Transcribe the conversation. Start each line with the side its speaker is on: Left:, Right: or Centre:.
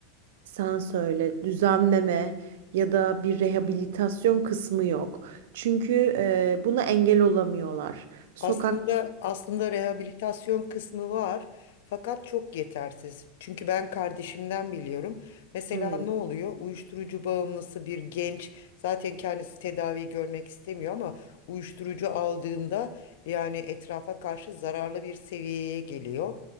Right: sen söyle düzenleme ya da bir rehabilitasyon kısmı yok. Çünkü e, buna engel olamıyorlar. Sokak
Left: Aslında aslında rehabilitasyon kısmı var. Fakat çok yetersiz. Çünkü ben kardeşimden biliyorum. Mesela
Right: Hı hı.
Left: ne oluyor? Uyuşturucu bağımlısı bir genç zaten kendisi tedavi görmek istemiyor ama uyuşturucu aldığında yani etrafa karşı zararlı bir seviyeye geliyor.